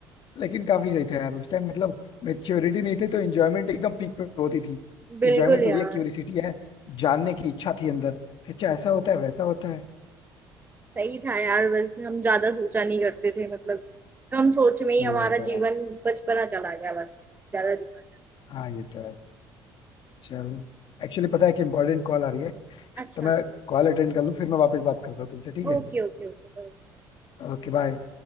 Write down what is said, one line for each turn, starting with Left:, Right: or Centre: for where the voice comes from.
Left: लेकिन काफी सही था यार उस टाइम मतलब मेच्योरिटी नहीं थी तो इंजॉयमेंट एकदम पीक पे होती थी
Right: बिल्कुल
Left: इंजॉयमेंट हो
Right: यार
Left: रही है क्यूरिसिटी है जानने की इच्छा थी अंदर कि अच्छा ऐसा होता है वैसा होता है
Right: सही था यार बस हम ज्यादा सोचा नहीं करते थे मतलब कम सोच में
Left: सही
Right: ही हमारा
Left: बात है यार
Right: जीवन बचपना चला गया बस ज्यादा दिमाग
Left: हाँ ये तो है चलो एक्चुअली पता है कि इंपॉर्टेंट कॉल आ रही है
Right: अच्छा
Left: तो
Right: अच्छा
Left: मैं कॉल अटेंड कर लूँ फिर मैं वापस बात करता हूँ तुमसे ठीक है
Right: Okay okay okay
Left: Okay bye